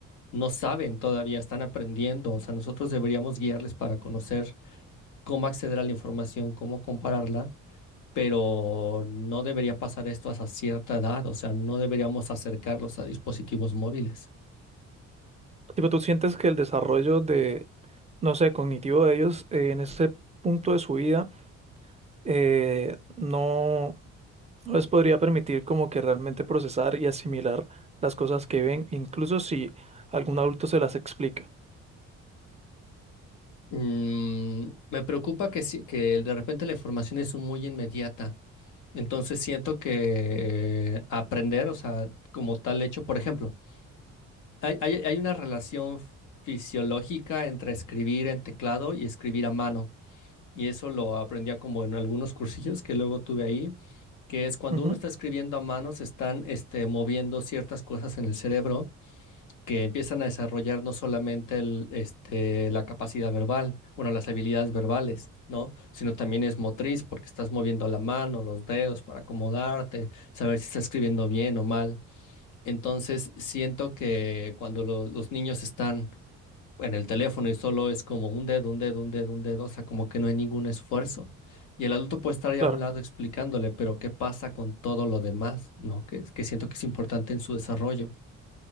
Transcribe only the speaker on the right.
Tipo, ¿tú sientes que el desarrollo de, no sé, cognitivo de ellos eh, en ese punto de su vida eh, no, No les podría permitir como que realmente procesar y asimilar las cosas que ven, incluso si algún adulto se las explica.
Ujú,
claro.